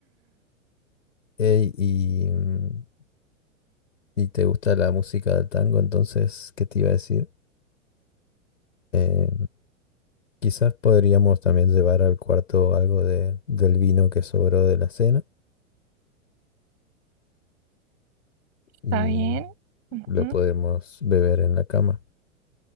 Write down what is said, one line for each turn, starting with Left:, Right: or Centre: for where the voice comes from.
Left: Ey, y, mm, y te gusta la música del tango, entonces, ¿qué te iba a decir? Eh, quizás podríamos también llevar al cuarto algo de, del vino que sobró de la cena y
Right: ¿Está bien? Ujú,
Left: lo podemos beber en la cama.